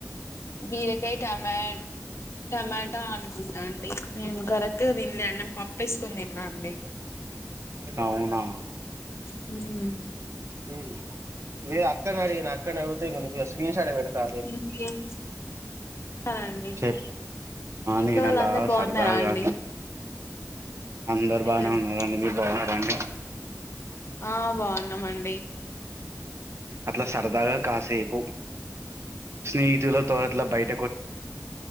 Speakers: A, on the left; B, on the right.
A: బీరకాయ టమా టమాటా అనుకుంటా అండి నేను కరెక్ట్గా తిినలే నేను పప్పుేసుకొని తిన్నాండి
B: అవునా
A: హు మ్
B: ఉ వే అక్కన అడిగినా అక్కని అంతే ఇం ప్యస సడ పెడతా
A: ఇంకేం చేస్తున్నారండి
B: చె
A: ఇంట్లో
B: నేను
A: వాళ్ళు
B: అలా
A: అందరు బాగున్నారా
B: సరదాగా
A: అండి
B: అందరు
A: ఏంటండి
B: బాగానే ఉన్నారు మీరు బావు రండి
A: ఆ బాగున్నామండి
B: అట్లా సరదాగా కాసేపు స్నేహితులతో అట్లా బయట